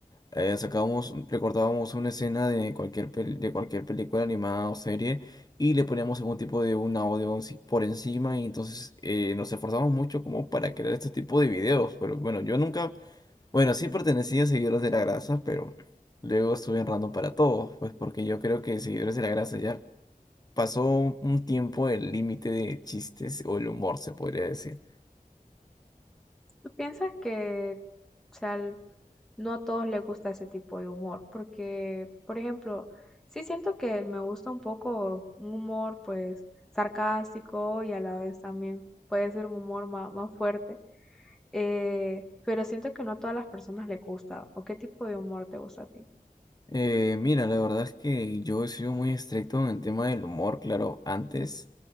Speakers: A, on the left (about 25°); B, in the centre.
A: eh, sacábamos, recortábamos una escena de cualquier, pel- de cualquier película animada o serie y le poníamos algún tipo de un audio enci- por encima y entonces eh, nos esforzamos mucho como para crear este tipo de videos, pero bueno, yo nunca, bueno, sí pertenecía a Seguidores de la Grasa, pero luego estuve errando para todos, pues porque yo creo que Seguidores de la Grasa ya pasó un un tiempo el límite de chistes o el humor, se podría decir.
B: ¿Tú piensas que, o sea, l- no a todos les gusta ese tipo de humor? Porque, por ejemplo, sí siento que me gusta un poco un humor, pues, sarcástico y a la vez también puede ser un humor ma- más, fuerte, eh, pero siento que no a todas las personas les gusta. ¿O qué tipo de humor te gusta a ti?
A: Eh, mira, la verdad es que yo he sido muy estricto en el tema del humor, claro, antes,